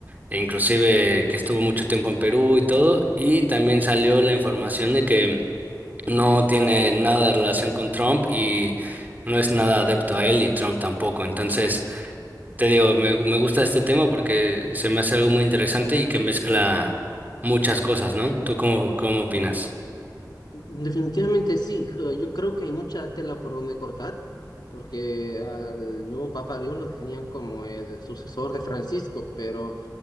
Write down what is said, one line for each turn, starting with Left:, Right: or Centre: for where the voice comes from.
Right: e inclusive que estuvo mucho tiempo en Perú y todo, y también salió la información de que no tiene nada de relación con Trump y no es nada adepto a él y Trump tampoco. Entonces, te digo, me, gu- me gusta este tema porque se me hace algo muy interesante y que mezcla muchas cosas, ¿no? ¿Tú cómo, cómo opinas?
Left: Definitivamente sí, eh, yo creo que hay mucha tela por donde cortar, porque al nuevo Papa León lo definían como el sucesor de Francisco, pero